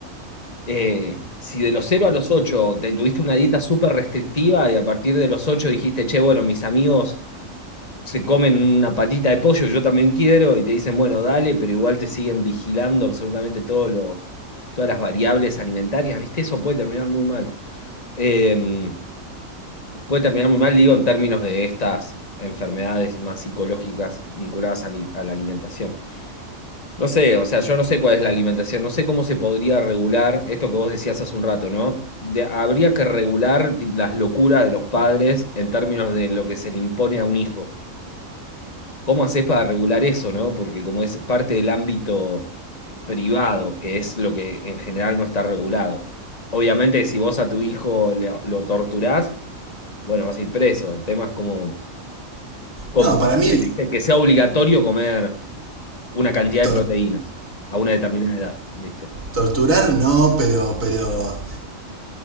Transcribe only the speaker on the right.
No,
para
mí
tor-
torturar no, pero, pero,